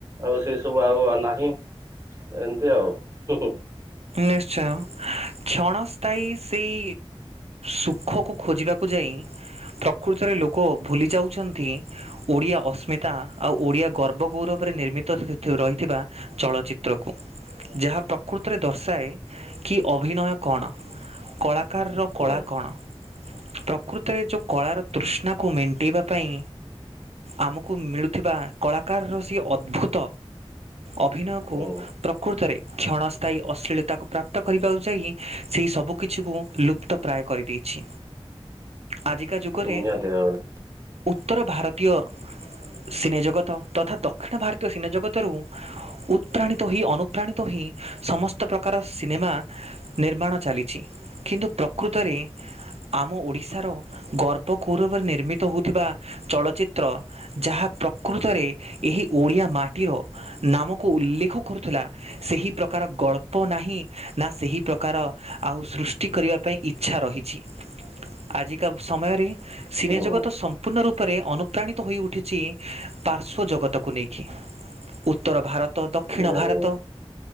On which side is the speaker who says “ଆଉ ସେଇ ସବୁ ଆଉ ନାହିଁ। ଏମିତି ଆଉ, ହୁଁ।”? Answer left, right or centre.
Right